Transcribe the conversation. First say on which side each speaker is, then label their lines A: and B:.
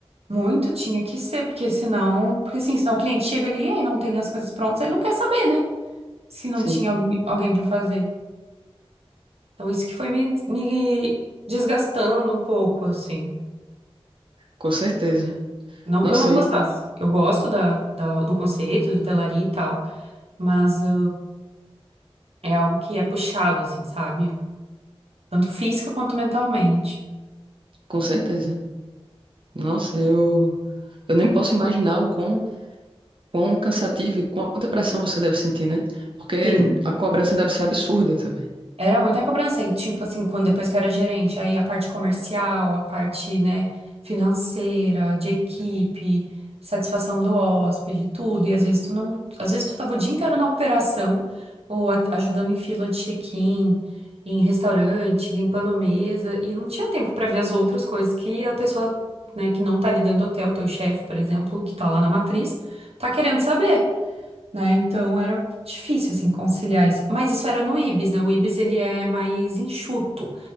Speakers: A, on the right; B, on the right.
A: Muito tinha que ser, porque senão, porque assim, senão o cliente chega ali e não tem as coisas prontas, ele não quer saber, né? Se não
B: Sim,
A: tinha alguém, alguém para fazer. Então isso que foi me, me desgastando um pouco, assim.
B: com certeza.
A: Não
B: Nossa,
A: que eu não
B: aí,
A: gostasse. Eu gosto da, da- do conceito, de hotelaria e tal, mas ah, é algo que é puxado, assim, sabe? Tanto física quanto mentalmente.
B: com certeza. Nossa, eu. Eu nem posso imaginar o quão quão cansativo e quanta pressão você deve sentir, né? Porque
A: Sim.
B: a cobrança deve ser absurda também.
A: Era muita cobrança. E, tipo assim, quando depois que eu era gerente, aí a parte comercial, a parte, né, financeira, de equipe, satisfação do hóspede, tudo. E às vezes tu não. Às vezes tu tava o dia inteiro na operação, ou a- ajudando em fila de check-in, em restaurante, limpando mesa, e não tinha tempo pra ver as outras coisas que a pessoa, né, que não tá lidando do hotel, teu chefe, por exemplo, que tá lá na matriz, tá querendo saber né? Então era difícil assim conciliar isso. Mas isso era no Ibis, né? O Ibis ele é mais enxuto.